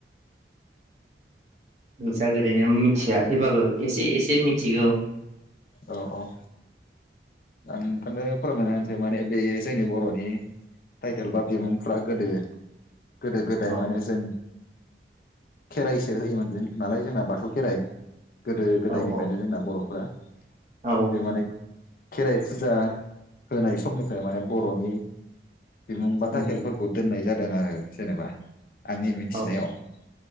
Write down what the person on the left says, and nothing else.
औ औ । आं नोंथांनो फोरमायना होनोसै माने बे जोंनि बर'नि टाइटेल बा बिमुंफ्रा गोदो गोदो गोदाय
माने जों खेराइसो होयोमोन जों नालाय जोंना बाथौ खेराइ गोदो गोदायनिफ्रायनो
जोंना बर'फ्रा ।
बे माने खेराइ फुजा होनाय समनिफ्राय माने बर'नि बिमुं बा
टायटेलफोरखौ दोननाय जादों आरो जेनेबा आंनि मिथिनायाव
।